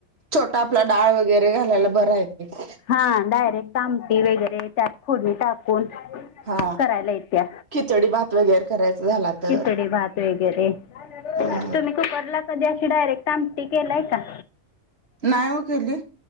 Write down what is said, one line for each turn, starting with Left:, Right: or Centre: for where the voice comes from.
Right: छोटा आपला डाळ वगैरे घालायला बरा येत.
Left: हां डायरेक्ट आमटी वगैरे त्यात फोडणी टाकून.
Right: हा
Left: करायला येत्या
Right: खिचडी भात वगैरे करायचा झाला तर.
Left: खिचडी भात वगैरे
Right: हा
Left: तुम्ही कूकला कधी अशी डायरेक्ट आमटी केलाय का?
Right: नाही व केली.